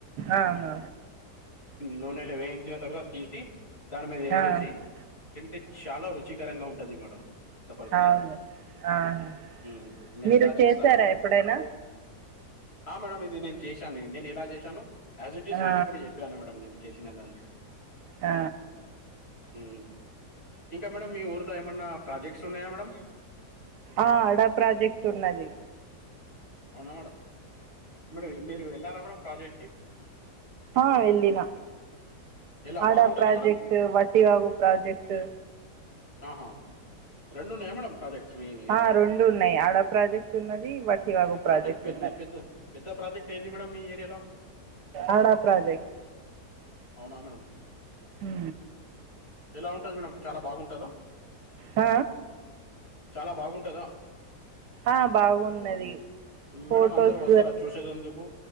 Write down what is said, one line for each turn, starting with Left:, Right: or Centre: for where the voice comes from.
Right: అవును
Left: నూనెల వేయించిన తర్వాతీసీ దాని మీదేసేసి
Right: ఆ! ఆ!
Left: తింటె చాలా రుచికరంగా ఉం టది మేడం డబ్బల్ కా
Right: అవును
Left: మీటా
Right: ఆహా!
Left: ఊ నేనిలా
Right: మీరు
Left: చేస్తాను
Right: చేశారా
Left: మేడం
Right: ఎప్పుడైనా
Left: ఉ ఆ మేడం ఇది నేన్ చేశానేన్ నేనెలా జేశానో ఆజీటీజ్
Right: ఆ!
Left: మీకిప్పుడు యె నేన్ చేషినదాన్ని
Right: ఆ
Left: ఊ ఇంకా మేడమ్ మీ ఊర్లో ఏమన్నా ప్రాజెక్ట్స్ ఉన్నయా మేడమ్
Right: ఆ అడా ప్రాజెక్టున్నది
Left: అవునా మేడం మరీ మీరు వెళ్ళారా మేడం ప్రాజెక్ట్ కి
Right: ఆ ఎల్లిన
Left: ఎలా
Right: అడా
Left: బాగుంటుందా
Right: ప్రాజెక్టూ
Left: మేడం
Right: వట్టివాగు ప్రాజెక్టూ
Left: ఆహా రెండున్నయా మేడం ప్రాజెక్ట్స్ మీ ఏరియాలో
Right: ఆ, రెండు ఉన్నాయి ఆడ ప్రాజెక్ట్ ఉన్నది వట్టివాగు
Left: ఇ
Right: ప్రాజెక్ట్
Left: అంటే పెద్ద
Right: ఉన్నది
Left: పెద్ద పెద్ద ప్రాజెక్టేదీ మేడమ్ మీ ఏరియాలో
Right: ఆడా ప్రాజెక్ట్
Left: అవునా మేడం
Right: ఊ
Left: ఎలా ఉంటది మేడం చాలా బాగుంటద
Right: ఆ
Left: చాలా బాగుంటదా
Right: ఆ, బాగున్నది ఫొటోస్
Left: మేడం అందరు వస్తరా చూశేదందుకూ